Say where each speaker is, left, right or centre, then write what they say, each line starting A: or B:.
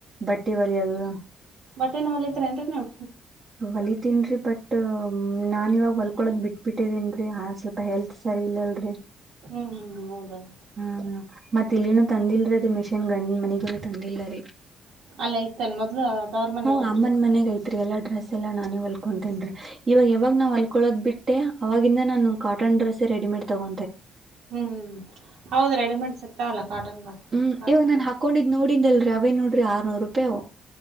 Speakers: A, on the right (about 35°); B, on the right (about 75°).
A: ಬಟ್ಟಿ ಹೋಲಿಯದು.
B: ಬಟ್ಟೆನ ಹೊಲಿತಿರೇನ್ರಿ ನೀವ್
A: ಹೊಲಿತೀನ್ರಿ ಬಟ್ ನಾನ್ ಇವಾಗ ಹೊಲ್ಕೊಳದ್ ಬಿಟ್ ಬಿಟ್ಟಿದೀನ್ರಿ ಸ್ವಲ್ಪ ಹೆಲ್ತ್ ಸರಿ ಇಲ್ಲಲ್ರಿ.
B: ಹ್ಮ್ ಹ್ಮ್ ಹೌದ.
A: ಹಾ ಮತ್ತ್ ಇಲ್ಲಿನು ತಂದಿಲ್ರಿ ಅದು ಮಷಿ ನ್ ಗಂಡ್ ಮನೆಗುನು ತಂದಿಲ್ಲರಿ.
B: ಅಲ್ ಇತ್ತಾನ್ ಮೊದ್ಲು ತವ್ರ ಮನ್ಯಾಗ.
A: ಹಾ ಅಮ್ಮನ್ ಮನೆಗ್ ಎಲ್ಲಾ ಡ್ರೆಸ್ ಎಲ್ಲ ನಾನೇ ಹೊಲ್ಕೊತೇನ್ರಿ ಇವಾಗ ಯಾವಾಗ ನಾ ಹೊಲ್ಕೊಳೋದ್ ಬಿಟ್ಟೆ ಅವಾಗಿಂದ ನಾನು ಕಾಟನ್ ಡ್ರೆಸ್ ರೆಡಿಮೇಡ್ ತಗೊ
B: ಹ್ಮ್ ಹೌದ ರೆಡಿ ಮೇಡ್ ಸಿಕ್ತಾವಲ್ಲ. ಕಾಟನ್ ಬ
A: ಹ್ಮ್
B: ಕಾಟನ್
A: ಇವಗ್ ನಾನ್
B: ಬ
A: ಹಾಕೊಂಡಿದ್ ನೋಡಿದಲ್ ರವೆ ನೋಡ್ರಿ ಆರ್ನೂರು ರೂಪಾಯಿವು.